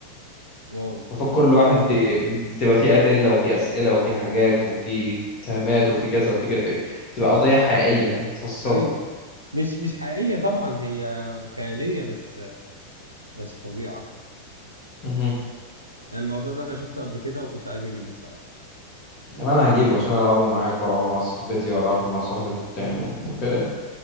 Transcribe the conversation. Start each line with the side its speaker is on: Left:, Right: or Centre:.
Right: واو
Left: المفروض كل واحد بي- بتبقى فيه أدلة وفيه أسئلة وفيه حاجات وفيه اتهامات وفيه كذا وفيه كذا بتبقى قضية حقيقية متفصلة
Right: ايوه مش مش حقيقية طبعا هي خيالية بس بس فظيعة
Left: مهم.
Right: يعني الموضوع ده انا شفته قبل كده وكنت عايز اجيبه الصراحة
Left: وأنا هجيبه عشان ألعبه معاك وألعبه مع صاحبتي وألعبه مع صاحبي التاني كده